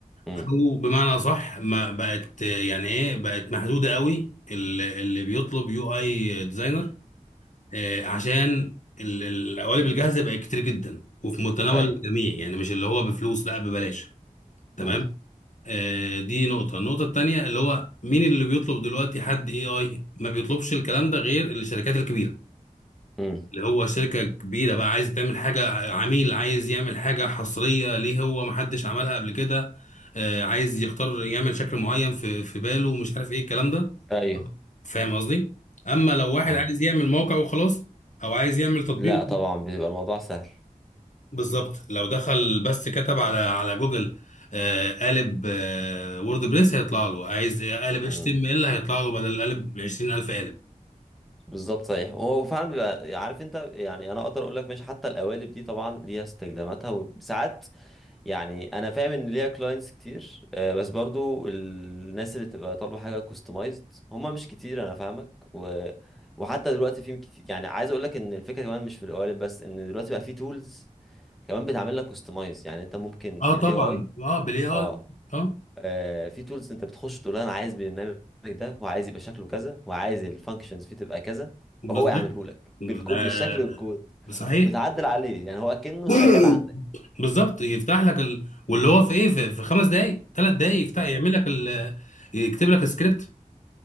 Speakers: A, in the centre; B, on the left.
A: امم
B: او بمعنى صح ما بقت آه، يعني ايه بقت محدوده قوي ال- اللي بيطلب يو اي ديزاينر آه، عشان ال- ال- القوالب الجاهزه بقت كتير جدا وفي متناول
A: ايوه
B: الجميع يعني مش اللي هو بفلوس لا ببلاش تمام
A: امم
B: آه، دي نقطه النقطه التانيه اللي هو مين اللي بيطلب دلوقتي حد اي اي ما بيطلبش الكلام ده غير الشركات الكبيره
A: امم
B: اللي هو شركه كبيره بقى عايز تعمل حاجه عميل عايز يعمل حاجه حصريه ليه هو ما حدش عملها قبل كده آه، عايز يختار يعمل شكل معين في في باله ومش عارف ايه الكلام ده
A: ايوه
B: فاهم قصدي اما لو واحد
A: آه.
B: عايز يعمل موقع وخلاص او عايز يعمل تطبيق
A: لا طبعا بيبقى الموضوع سهل
B: بالظبط لو دخل بس كتب على على جوجل آه، قالب آه، ووردبريس هيطلع له عايز قالب
A: امم
B: اتش تي ام ال هيطلع له بدل القالب 20000 قالب
A: بالظبط صحيح هو فعلا بيبقى عارف انت يعني انا اقدر اقول لك ماشي حتى القوالب دي طبعا ليها استخداماتها وساعات يعني انا فاهم ان ليها كلاينتس كتير آه، بس برضو الناس اللي تبقى طالبه حاجه كوستمايزد هم مش كتير انا فاهمك و... وحتى دلوقتي في كتير يعني عايز اقول لك ان الفكره كمان مش في القوالب بس ان دلوقتي بقى في تولز كمان بتعمل لك كوستمايز يعني انت ممكن
B: اه
A: بالاي
B: طبعا
A: اي
B: اه بالاي اي
A: اه
B: اه
A: آه، في تولز انت بتخش تقول له انا عايز البرنامج ده وعايز يبقى شكله كذا وعايز الفانكشنز فيه تبقى كذا
B: بالظبط
A: وهو يعمله لك بالكود
B: ده
A: بالشكل والكود
B: صحيح
A: وتعدل عليه يعني هو كأنه
B: <coughs> <clears throat>
A: شغال عندك
B: بالظبط يفتح
A: بالظبط
B: لك ال... واللي هو في ايه في, في خمس دقائق ثلاث دقائق يفتح
A: بالظبط
B: يعمل لك ال... يكتب لك السكريبت